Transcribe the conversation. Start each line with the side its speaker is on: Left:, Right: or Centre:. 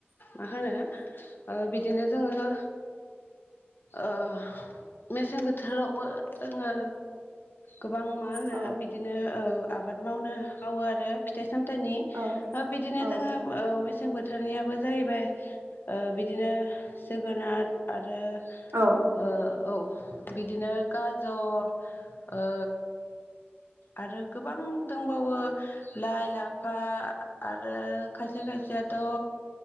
Left: मा होनो ओ बिदिनो जोङो ओ मेसें बोथोरावबो जोङो गोबां मा होनो
Right: औ
Left: बिदिनो औ आबाद मावनो मावो आरो फिथाइ सामथाइनि ओ
Right: औ
Left: बिदिनो
Right: औ
Left: जोङो औ मेसें बोथोरनियाबो जाहैबाय ओ बि दिनो जोगोनार आरो
Right: औ
Left: ओ औ बिदिनो गाजर ओ आरो गोबां दंबावो लाइ लाफा आरो खायसे खायसेयाथ' ओ